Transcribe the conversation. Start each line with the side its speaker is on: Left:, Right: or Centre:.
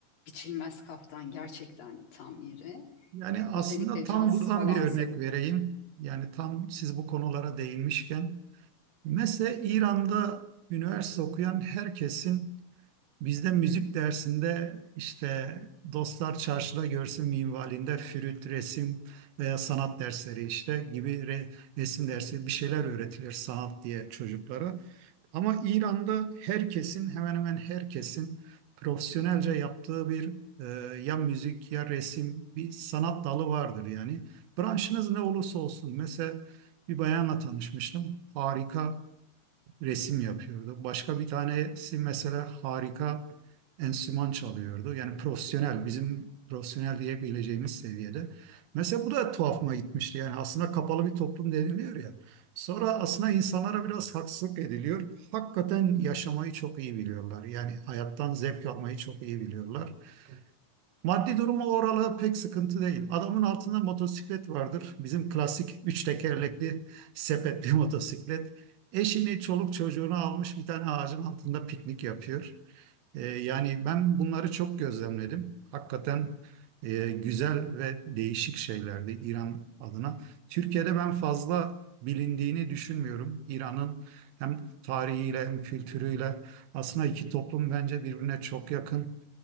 Left: biçilmez kaftan gerçekten tam yeri.
Right: Yani
Left: E,
Right: aslında
Left: özellikle
Right: tam
Left: caz
Right: buradan
Left: falan.
Right: bir örnek
Left: se-
Right: vereyim. Yani tam siz bu konulara değinmişken. Mesela İran'da üniversite okuyan herkesin Bizde müzik dersinde işte dostlar çarşıda görsün minvalinde flüt, resim veya sanat dersleri işte gibi re- resim dersi bir şeyler öğretilir sanat diye çocuklara. Ama İran'da herkesin hemen hemen herkesin profesyonelce yaptığı bir e, ya müzik ya resim bir sanat dalı vardır yani. Branşınız ne olursa olsun mesela bir bayanla tanışmıştım. Harika resim yapıyordu. Başka bir tanesi mesela harika enstrüman çalıyordu. Yani profesyonel, bizim profesyonel diyebileceğimiz seviyede. Mesela bu da tuhafıma gitmişti. Yani aslında kapalı bir toplum deniliyor ya. Sonra aslında insanlara biraz haksızlık ediliyor. Hakikaten yaşamayı çok iyi biliyorlar. Yani hayattan zevk almayı çok iyi biliyorlar. Maddi durumu oralı pek sıkıntı değil. Adamın altında motosiklet vardır. Bizim klasik üç tekerlekli sepetli <laughs> motosiklet. Eşini, çoluk çocuğunu almış bir tane ağacın altında piknik yapıyor. Ee, yani ben bunları çok gözlemledim. Hakikaten e, güzel ve değişik şeylerdi İran adına. Türkiye'de ben fazla bilindiğini düşünmüyorum. İran'ın hem tarihiyle hem kültürüyle aslında iki toplum bence birbirine çok yakın.